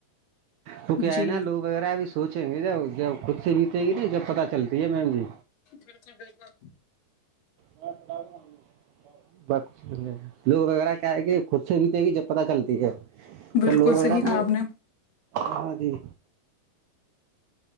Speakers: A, on the right (about 85°); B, on the left (about 65°).
A: تو کیا
B: جی
A: ہے نا لوگ وغیرہ ابھی سوچیں گے جب جب خود سے بیتیں گی نا جب پتہ چلتی ہے میم جی
B: بالکل بالکل
A: ہاں پاؤ م ب لوگ وغیرہ کیا ہے کہ خود سے بھی تھے کہ جب پت چلتی ہے
B: بالکل
A: پلو وغیرا
B: صحیح کہا
A: کو
B: آپ نے
A: ہاں جی